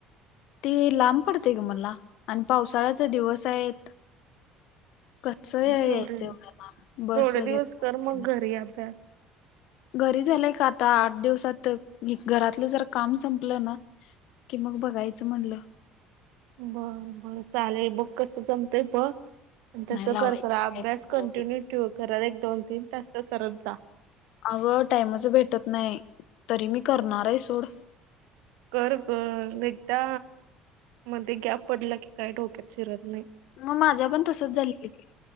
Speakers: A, on the left; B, on the right.
A: ते लांब पडतंय गं मला आणि पावसाळ्याचं दिवस आहेत कसं कसं गं
B: थोडे
A: यायचं एवढ्या लांब बस
B: थोडे
A: वगैरे
B: दिवस
A: नाही,
B: कर
A: काय
B: मग घरी अभ्यास.
A: घरी झालंय का आता आठ दिवसात घरातलं जर काम संपलं ना कि मग बघायचं म्हणलं.
B: बर बर चालेल बघ कसं जमतंय बघ आणि तसं
A: नाही लावायची
B: कर खर अभ्यास
A: काय लायब्ररी
B: कंटिन्यू ठेव घरात एक दोन तीन तास तर करत जा.
A: अगं टाइमच भेटत नाही तरी मी करणार आहे सोड.
B: कर गं एकदा मध्ये गॅप पडला की काय डोक्यात शिरत नाही.
A: मग माझ पण तसच झालंय की